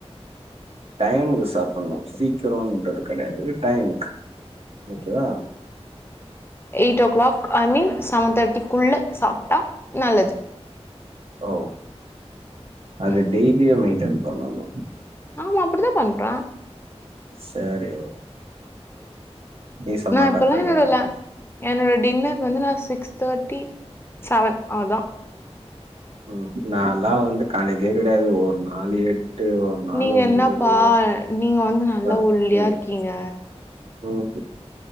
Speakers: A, on the right; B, on the left.
A: டைமுக்கு சாப்பிடணு சீக்கிரன்றது கடையாது டைமுக்கு ஓகே வா
B: eight o'clock I mean seven தேர்ட்டிக்குள்ள சாப்டா நல்லது
A: ஓ அது
B: ம்
A: டெய்லியுமே மெயின்டெய்ன் பண்ணனோ
B: ஆமா அப்டிதா பண்ற
A: சேரி ஓ நீ சொன்னா
B: நா இப்பெல்லா
A: கரெக்டாதா
B: நா
A: இருக்கு
B: லா என்னோட டின்னர் வந்து நா சிக்ஸ் தேர்ட்டி செவன் அதா
A: ம் நாளா வந்து கணக்கே கெடையாது ஒரு நாள் ஏ எட்டு ஒரு நாள்
B: நீங்க
A: ஒன்பது
B: என்னப்பா
A: ஒர் நாள்
B: நீங்க வந்து நல்லா
A: பத்து
B: ஒல்லியா இருக்கீங்க
A: ம் ஹு